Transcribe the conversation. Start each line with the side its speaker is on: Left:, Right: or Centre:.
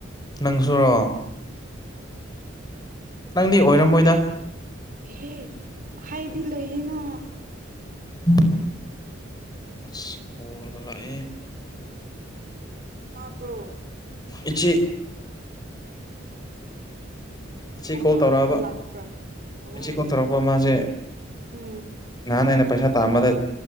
Left: ꯅꯪꯁꯨꯨꯔꯣꯑꯣ ꯅꯪꯗꯤ ꯑꯣꯏꯔꯝꯃꯣꯏꯗ
Right: ꯍꯦ ꯍꯥꯏꯗꯤ ꯂꯩꯌꯦꯅ
Left: ꯎꯝ ꯑꯁ ꯀꯣꯜꯒ ꯂꯥꯛꯏ
Right: ꯇꯥꯕ꯭ꯔꯣ
Left: ꯏꯆꯤ꯫ ꯏꯆꯦ ꯀꯣꯜ
Right: ꯇꯧꯔꯛꯄ
Left: ꯇꯧꯔꯛꯑꯕ
Right: ꯂꯥꯛꯄ꯭ꯔꯥ ꯑꯣ
Left: ꯏꯆꯦ ꯀꯣꯜ ꯇꯧꯔꯛꯄ ꯃꯥꯁꯦ
Right: ꯎꯝ
Left: ꯅꯍꯥꯟ ꯑꯩꯅ ꯄꯩꯁꯥ ꯇꯥꯟꯕꯗ